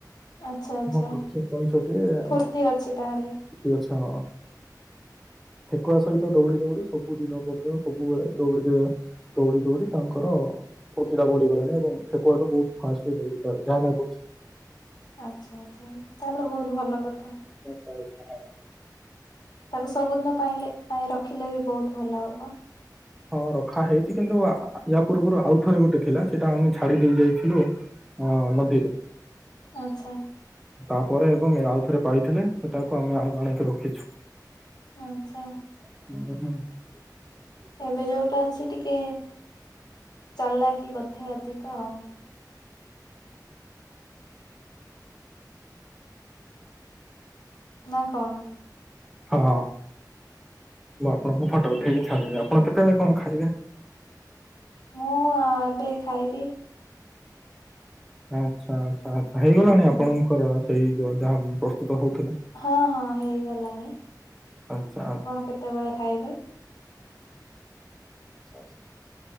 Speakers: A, on the left (about 70°); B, in the centre.
A: ଆଚ୍ଛା ଆଚ୍ଛା
B: <unintelligible>
A: ଫୁର୍ତ୍ତି ଅଛି ତାହେଲେ
B: ଠେକୁଆ ସହିତ ଦୌଡି ଦୌଡି ସବୁ ଦିନ ପରଦିନ ସବୁବେଳେ ଦୌଡି ଦିଏ ଦୌଡି ଦୌଡି। ତାଙ୍କର ଫୂର୍ତ୍ତି ଟା ବଢିଗଲାଣି ଏବଂ ଠେକୁଆ ଟୁ ବହୁତ ଫାଷ୍ଟରେ ଦଉଡ଼ି ପାରେ ଯାହା ଲାଗୁଛି।
A: ଆଛା ଆଚ୍ଛା ତାହଲେ ବହୁତ ଭଲ କଥା।
B: ଓ ଆଛା ହଁ।
A: ତାକୁ ସବୁଦିନ ପାଇଲେ ପାଇଁ ରଖିଲେ ବି ବହୁତ ଭଲ ହବ।
B: ହଁ ରଖା ହେଇଛି କିନ୍ତୁ ୟା ପୂର୍ବରୁ ଆଉ ଥରେ ଗୋଟେ ଥିଲା ସେଇଟା ଆମେ ଛାଡି ଦେଇଯାଇଥିଲୁ ହଁ ନଦୀରେ
A: ଆଚ୍ଛା।
B: ତାପରେ ଏବଂ ଆଉ ଥରେ ପାଇଥିଲେ ସେ ତାକୁ ଆମେ ଆଉ ଆଣିକି ରଖିଛୁ।
A: ଆଚ୍ଛା।
B: <unintelligible>
A: ଏବେ ଯୋଉଟା ଅଛି ଟିକେ ଚାଲିକି ବୋଧେ ଅଧିକ ଆଉ ନା କଣ!
B: ହଁ। ମୁଁ ଆପଣଙ୍କୁ ଫଟୋ ପଠେଇକି ଛାଡିବି ଆପଣ କେତେବେଳେ କଣ ଖାଇବେ?
A: ମୁଁ ଅ ଏବେ ଖାଇବି।
B: ଆଛା ଆଛା ଆଛା ହେଇଗଲାଣି
A: ହୁଁ
B: ଆପଣଙ୍କର ସେଇ ଯୋ ଯାହା ପ୍ରସ୍ତୁତ ହଉ
A: ହଁ ହଁ ହେଇଗଲାଣି
B: ଆଚ୍ଛା
A: ଆପଣ କେତେବେଳେ ଖାଇବେ?
B: ଆଛା ଆଛା।